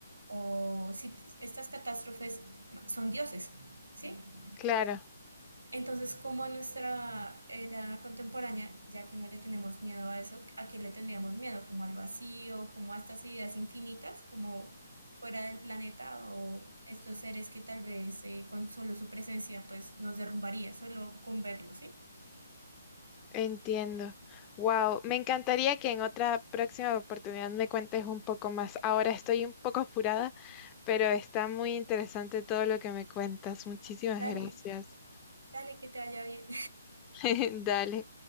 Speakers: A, on the right; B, on the left.
A: o si estas catástrofes son dioses, ¿sí?
B: claro,
A: Entonces, como en nuestra era contemporánea, ya que no le tenemos miedo a eso, ¿a qué le tendríamos miedo? Como al vacío, como a estas ideas infinitas, como fuera del planeta o estos seres que tal vez eh, con solo su presencia pues nos derrumbaría, solo con verlos, ¿sí?
B: entiendo. Wow, me encantaría que en otra próxima oportunidad me cuentes un poco más. Ahora estoy un poco apurada, pero está muy interesante todo lo que me cuentas. Muchísimas
A: Dale,
B: gracias.
A: dale, que te vaya bien.
B: <laughs> Dale.